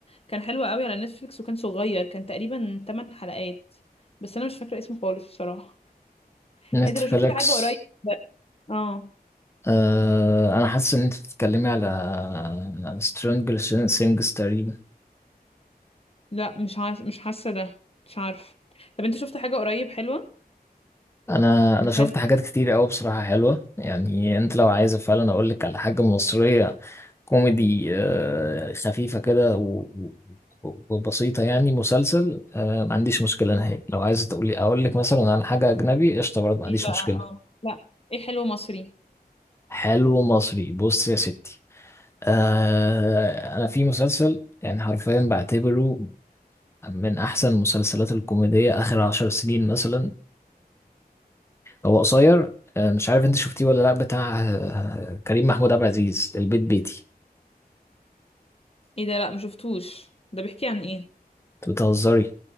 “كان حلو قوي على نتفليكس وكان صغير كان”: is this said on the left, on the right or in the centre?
Left